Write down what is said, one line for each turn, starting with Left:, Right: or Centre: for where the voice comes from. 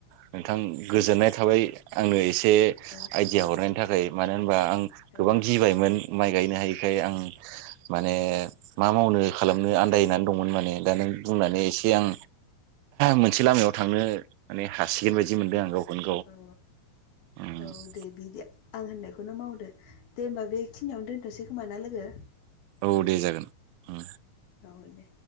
Right: नोंथां गोजोननाय थाबाय आंनो एसे
Left: ओ
Right: आइडिया हरनायनि थाखाय मानो होनबा आं
Left: ओ
Right: गोबां गिबायमोन माइ गायनो हायिखाय आं माने मा मावनो खालामनो आन्दायनानै दंमोन माने दा नों बुंनानै एसे आं मोनसे लामायाव थांनो माने हासिगोन बायदि मोनदों आं गावखौनो गाव
Left: औ
Right: उम
Left: औ दे बिदि आं होननायखौनो मावदो दे होमबा बेखिनियावनो दोनथ'सै खोमाना लोगो
Right: औ दे जागोन उम
Left: औ दे